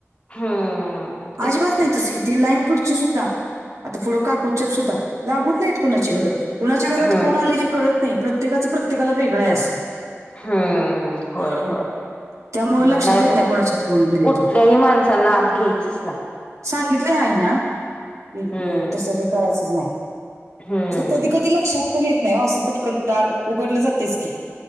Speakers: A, on the left; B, on the right.
A: हम्म तेच
B: अजिबात
A: की
B: नाही तसं ती लाईन पुढची सुद्धाआता फुढं काकूनच्यात सुद्धा लागून नाईत कुणाची घरं कुणाच्या घरात
A: हम्म
B: कोण आलं हे कळत नाई प्रत्येकाचं प्रत्येकाला वेगळं ए असं
A: हम्म. होय,
B: हं.
A: होय हम्म,
B: त्यामुळे लक्षात
A: नाई
B: येत
A: बाई,
B: नाही कोणाच्यात कोण गेले
A: कुठल्याही
B: ते
A: माणसांना आत घ्यायचंच नाई
B: सांगितलय आईंना एक
A: हम्म
B: तसं. हे करायचंच नाई
A: हम्म
B: कधी कधी लक्षात पण, येत नाही वो असं पटकन दार उघडलं, जातच की